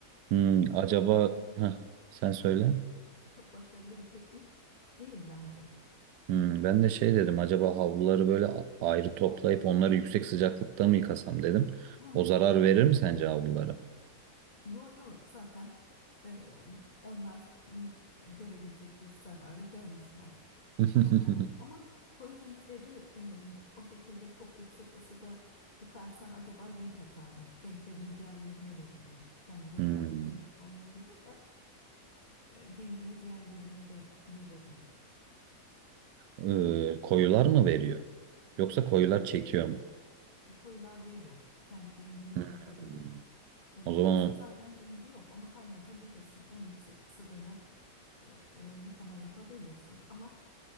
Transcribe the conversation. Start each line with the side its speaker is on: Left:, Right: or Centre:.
Right: Hmm,
Left: E, çünkü
Right: acaba
Left: benim,
Right: Heh, sen söyle.
Left: benimkisi çok başarılı bir teknik değil bence.
Right: Hmm, ben de şey dedim acaba havluları böyle a- ayrı toplayıp onları yüksek sıcaklıkta mı yıkasam dedim.
Left: Ha.
Right: O zarar verir mi sence havlulara?
Left: Yo yo zaten e, onlar m, görebilecekleri zararı görmüşler.
Right: <laughs>
Left: Olan olmuş ama koyu renkleri e, o şekilde çok yüksek ısıda yıkarsan acaba renk atar mı? Renklerini diğerlerine verir mi? Kendi renk
Right: Hmm.
Left: attığı önemli olmayabilir de e, rengini diğerlerine de verir mi?
Right: Ee, koyular mı veriyor? Yoksa koyular çekiyor mu?
Left: Koyular verir, kendi rengini
Right: Hmm.
Left: bırakabilir. E,
Right: O
Left: Beyazın
Right: zaman o
Left: zaten rengi yok. Onu kaynatabilirsin. En yüksek ısıda da e, e, yıkama yapabilirsin. Ama